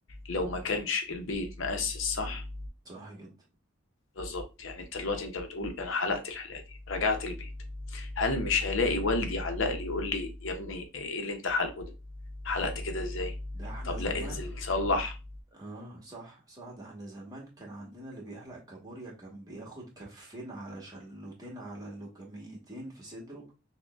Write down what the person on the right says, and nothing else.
مم.
صراحة جدا
ده احنا
زمان
اه صح صح ده احنا زمان كان عندنا اللي بيحلق كابوريا كان بياخد كفين على شلوتين على لوكميتين في صدره